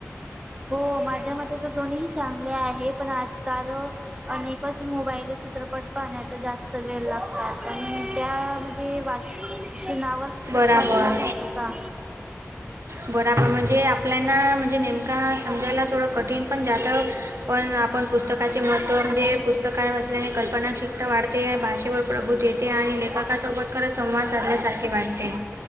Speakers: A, on the right; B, on the right.
A: हो माझ्या मते तर दोन्ही ही चांगले आहे पण आजकाल आनेकच मोबाईल चित्रपट पाहण्यात जास्त वेळ लागतात <inaudible> त्या म्हणजे सुनावर
B: बराबर
A: परिणाम होतो का?
B: बराबर म्हणजे आपल्याना म्हणजे नेमका समजायला थोडं कठीण पण जात पण आपण पुस्तकाचे महत्त्व म्हणजे पुस्तका वाचल्याने कल्पना शिकता वाढते, भाषेवर प्रभूत ये ते आणि लेखकासोबत खरच संवाद साधल्यासारखे वाट ते